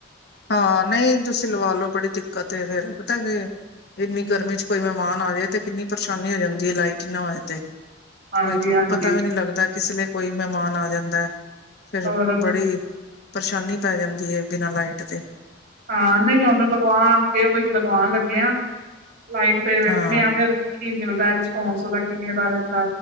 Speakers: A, on the left; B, on the right.
A: ਹਾਂ ਨਹੀਂ ਤੁਸੀਂ ਲਵਾ ਲੋ ਬੜੀ ਦਿੱਕਤ ਫੇਰ ਪਤਾ ਕਿ ਇੰਨੀ ਗਰਮੀ ਚ ਕੋਈ ਮਹਿਮਾਨ ਆ ਜਾਏ, ਤੇ ਕਿੰਨੀ ਪਰੇਸ਼ਾਨੀ ਹੋ ਜਾਂਦੀ ਹੈ ਲਾਈਟ ਨਾ ਹੋਏ ਤੇ
B: ਹਾਂਜੀ
A: ਕੋਈ
B: ਹਾਂਜੀ
A: ਪਤਾ ਵੀ ਨਹੀਂ ਲੱਗਦਾ ਕਿਸ ਲਈ ਕੋਈ ਮਹਿਮਾਨ ਆ ਜਾਂਦਾ ਹੈ ਫਿਰ
B: ਹੋਰ
A: ਬੜੀ ਪਰੇਸ਼ਾਨੀ ਪੈ ਜਾਂਦੀ ਹੈ ਬਿਨਾਂ ਲਾਈਟ ਤੇ
B: ਹਾਂ ਨਹੀਂ ਉਹਨੂੰ ਲਗਵਾਗੇ ਉਈ ਲਗਵਾਉਣ ਲੱਗੇ ਆਂ, ਲਾਈਟ ਤੇ
A: ਹਾਂ-ਹਾਂ
B: ਵੇਖਣੇ ਆ ਫੇਰ ਕੀ ਮਿਲਦਾ ਰਿਸਪੋਂਸ ਉਹਦਾ ਕਿਵੇਂ ਕਾਰਨ